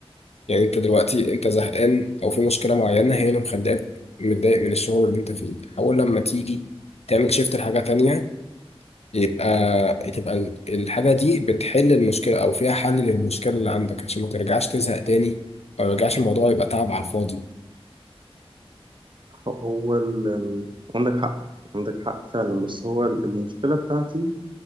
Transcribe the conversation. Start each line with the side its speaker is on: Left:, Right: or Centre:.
Left: يعني انت دلوقتي انت زهقان او في مشكله معينه هي اللي مخليك متضايق من الشغل اللي انت فيه حاول لما تيجي تعمل شيفت لحاجه تانية يبقى تبقى ال- الحاجه دي بتحل المشكله او فيها حل للمشكله اللي عندك عشان ما ترجعش تزهق تاني او ما يرجعش الموضوع يبقى تعب على الفاضي
Right: هو ال... عندك حق عندك حق فعلا بس هو المشكلة بتاعتي